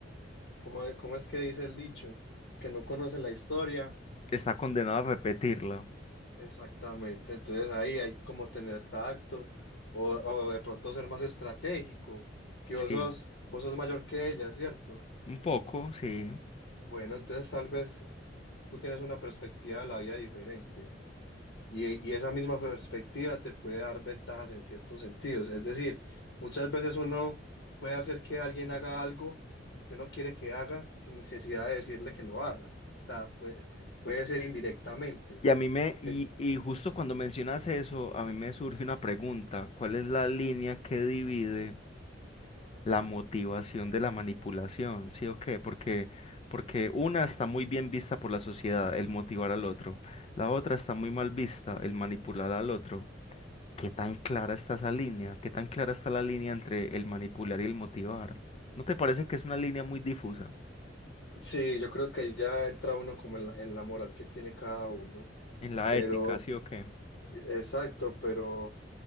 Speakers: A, on the left; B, on the left.
A: ¿cómo, es- cómo es que dice el dicho? Que no conoce la historia.
B: Está condenado a repetirla.
A: Exactamente, entonces ahí hay como tener tacto o, o de pronto ser más estratégico. Si
B: Sí,
A: vos sos, vos sos mayor que ella, ¿cierto?
B: un poco, sí.
A: Bueno, entonces tal vez tú tienes una perspectiva de la vida diferente. Y, y esa misma perspectiva te puede dar ventajas en ciertos sentidos. Es decir, muchas veces uno puede hacer que alguien haga algo que uno quiere que haga sin necesidad de decirle que lo haga. O sea, puede, puede ser indirectamente.
B: Y a mí me,
A: De-
B: y, y justo cuando mencionas eso, a mí me surge una pregunta. ¿Cuál es la línea que divide? la motivación de la manipulación, ¿sí o qué? Porque, porque una está muy bien vista por la sociedad, el motivar al otro, la otra está muy mal vista, el manipular al otro. ¿Qué tan clara está esa línea? ¿Qué tan clara está la línea entre el manipular y el motivar? ¿No te parece que es una línea muy difusa
A: sí, yo creo que ya entra uno como en la, en la moral que tiene cada uno.
B: en la
A: Pero,
B: ética, sí o qué?
A: e-, exacto, pero,